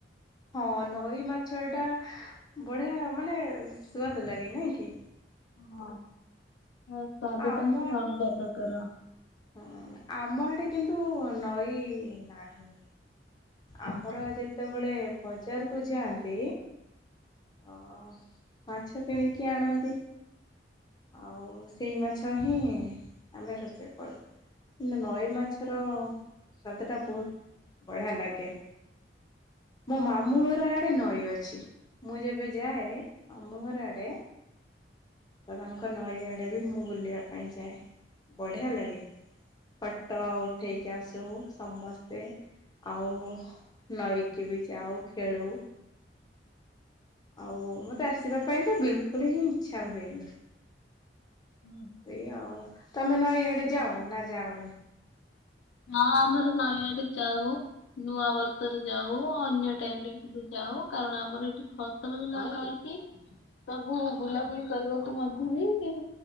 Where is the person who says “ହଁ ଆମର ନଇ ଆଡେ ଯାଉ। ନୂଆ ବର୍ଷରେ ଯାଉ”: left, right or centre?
Left